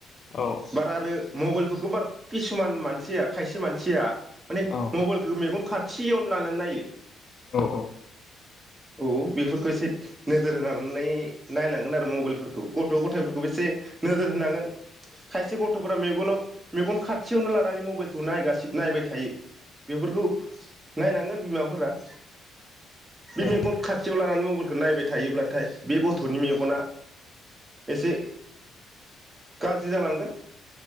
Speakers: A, on the left (about 50°); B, on the right (about 20°).
A: औ
B: बारा आरो मबाइलफोरखौ बारा किसुमान मानसिया खायसे मानसिया माने
A: औ
B: मबाइलखौ मेगन खाथि फियन लानो नायो
A: औ औ
B: औ बेफोरखौ एसे नोजोर होनानै नायनांगोन आरो मबाइलफोरखौ गथ' गथायफोरखौ एसे नोजोर होनांगोन खायसे गथ'फोरा मेगनाव मेगन खाथियावनो लानानै मबाइलखौ नायगासिनो नायबाय थायो बेफोरखौ नायनांगोन बिमाफोरा <inaudible> बे मेगन
A: औ
B: खाथियाव लानानै म बाइलखौ नायबाय थायोब्ला नाथाय बे गथ'नि मेगना एसे गाज्रि जालांगोन।